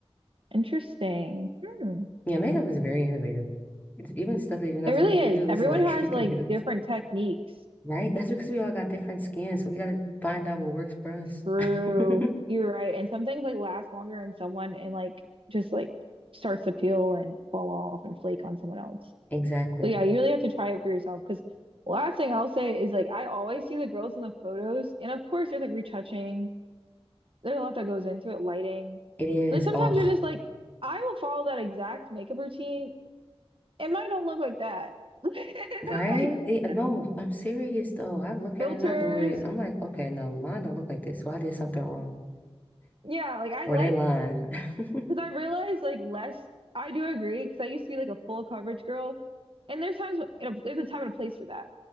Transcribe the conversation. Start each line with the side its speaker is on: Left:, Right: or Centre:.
Right: interesting. Hmm.
Left: Yeah, makeup is very innovative. It's even stuff that you're not
Right: It
Left: supposed
Right: really
Left: to
Right: is.
Left: use,
Right: Everyone
Left: like
Right: has
Left: <laughs> you can
Right: like
Left: use.
Right: different techniques.
Left: Right? That's because we all got different skin, so we gotta find out what works for us.
Right: True.
Left: <laughs>
Right: You're right. And some things like last longer in someone and like just like starts to peel and fall off and flake on someone else.
Left: Exactly.
Right: So yeah, you really have to try it for yourself. Because last thing I'll say is like I always see the girls in the photos, and of course there's like retouching. There's a lot that goes into it, lighting.
Left: It is.
Right: But sometimes
Left: Oh.
Right: you're just like, I will follow that exact makeup routine. It might don't look like that. <laughs> Like
Left: Right? It, no, I'm serious though. I look
Right: filters.
Left: at it and I do it. I'm like, okay, no, mine don't look like this, so I did something wrong.
Right: Yeah, like I
Left: Or
Right: like
Left: they lying. <laughs>
Right: Because I realized like less, I do agree. Because I used to be like a full coverage girl, and there's times in a, there's a time and a place for that.